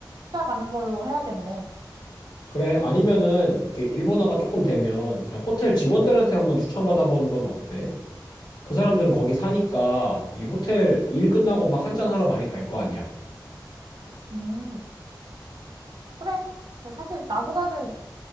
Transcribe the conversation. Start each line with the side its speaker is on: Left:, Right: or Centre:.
Right: 찾아가는 걸로 해야겠네.
Left: 그래, 아니면은, 이게 일본어가 조금 되면, 그냥 호텔 직원들한테 한번 추천받아보는 건 어때? 그 사람들은 거기 사니까 이 호텔 일 끝나고 막 한잔하러 많이 갈 거 아니야.
Right: 음, 그래. 근데 사실 나보다는